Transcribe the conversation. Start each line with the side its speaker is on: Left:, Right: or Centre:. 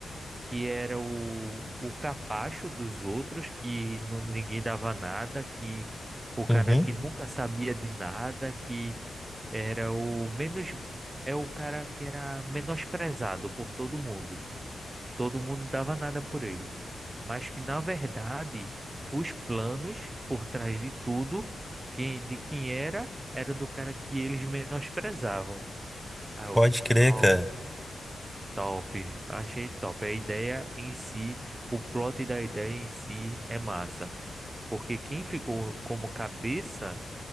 Right: que era o, o capacho dos outros, que nu- ninguém dava nada, que o cara
Centre: Uhum.
Right: que nunca sabia de nada, que era o menos. É o cara que era menosprezado por todo mundo. Todo mundo dava nada por ele. Mas que, na verdade, os planos por trás de tudo, que, de quem era, era do cara que eles menosprezavam. Aí eu,
Centre: Pode crer,
Right: "Pau,
Centre: cara.
Right: top. Achei top. A ideia em si, o plot da ideia em si é massa. Porque quem ficou como cabeça